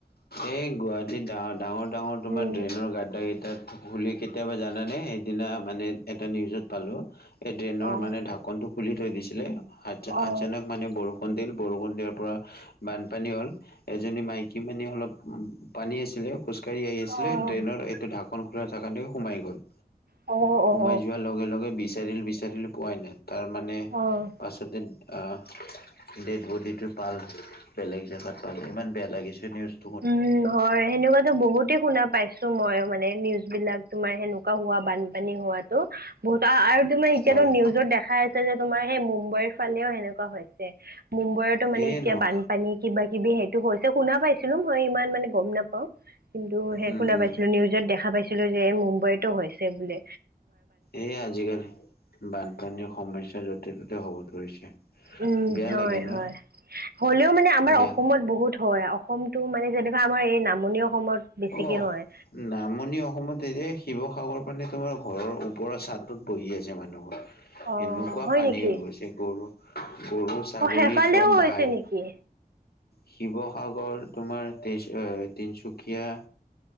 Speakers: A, on the left; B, on the right.
A: এই গুৱাহাটীত ডাৰ ডাঙৰ ডাঙৰ তোমাৰ
B: উম
A: ড্ৰেইনৰ গাদড্ডা কেইটা- তাত খুলি কেতিয়াবা জানানে সেইদিনা মানে এটা নিউজত পালোঁ। সেই ডেনৰ
B: অ
A: ন মানে ঢাকনটো খুলি থৈ দিছিলে আচা
B: অ
A: আছানক মানে বৰষুণ- কুন্দল বৰষুণ দিয়াৰ পৰা বানপানী হ'ল এজনী মাইকী মানু্হ অলপ- পানী আছিলে খোজ কাঢ়ি আহি আছিলে
B: অ অ
A: ড্ৰেইনৰ এইটো ঢাকন খোলা থকাকে সোমাই গ'ল-
B: অঁ অঁ!
A: সোমাই যোৱাৰ লগে লগে বিচাৰিল বিচাৰিলো পোৱাই নাই তাৰ মানে
B: অ অ
A: পাছতে- আহ ডেড বডিটো পাল বেলেগ জেগাত পালে ইমান বেয়া লাগিছে নিউজ-
B: উমঁ হয় সেনেকুৱাতো বহুতে শুনা- পাইছোঁ মই মানে নিউজ বিলাক তোমাৰ সেনেকুৱা হোৱা বানপানী হোৱাতো বহুত অ আৰু তোমাৰ এতিয়াতো
A: হয়
B: নিউজত দেখাই আছে যে তোমাৰ সেই মুম্বাইৰ ফালেও সেনেকা- হেনেকুৱা হৈছে মুম্বাইতো মানে
A: এই
B: এতিয়া
A: নক
B: বানপানীত। কিবা কিবি সেইটো হৈছে শুনা পাইছিলোঁ মই ইমান মানে গম নাপাওঁ। কিন্তু সেই
A: উম
B: শুনা
A: উম
B: পাইছিলো নিউজত দেখা পাইছিলো যে এই মুম্বাইতো হৈছে বুলে।
A: এইে আজিকালি বানপানীৰ সমস্যা য'তে ত'তে হ'ব ধৰিছে।
B: উমঁ
A: বেয়া
B: হঁয়
A: লাগে ন
B: হয়ঁ হ'লেও মানে আমাৰ
A: বেয়া
B: অসমত বহুত হয়ঁ অসম- টো মানে যেনেকা আমাৰ এই নামনি অসমত বেছিকে
A: অহ
B: হয়।
A: নামনি অসমত এই যে শিৱসাগৰ পানে তোমাৰ ঘৰৰ ওপৰৰ চাটত বহি আছে মানুহবোৰৰ।
B: অ
A: এনেকুৱা
B: হয়
A: পানী
B: নেকি
A: হৈ গৈছে গৰু গৰু। ছাগলী
B: অ সেইফালেও
A: চব
B: হৈছে
A: ভাল।
B: নেকি?
A: শিৱসাগৰ তোমাৰ তিন তিনিচুকীয়া।